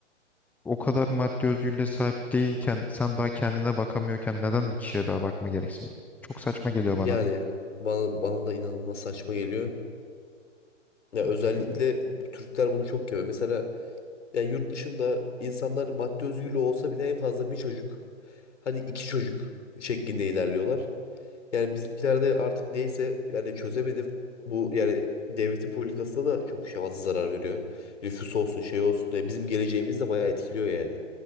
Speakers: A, in the centre; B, on the left.
A: o kadar maddi özgürlüğe sahip değilken, sen daha kendine bakamıyorken neden bir kişiye daha bakma gereksin? Çok saçma geliyor
B: Yani
A: bana da.
B: bana, bana da inanılmaz saçma geliyor. Ya özellikle
A: Bilmiyorum.
B: Türkler bunu çok yapıyor. Mesela Yani yurt dışında insanlar maddi özgürlüğü olsa bile en fazla bir çocuk, hadi iki çocuk şeklinde ilerliyorlar. Yani bizimkilerde artık neyse yani çözemedim. Bu yani devletin politikasına da çok şey fazla zarar veriyor. Nüfus olsun şey olsun. Yani bizim geleceğimiz de bayağı etkiliyor yani.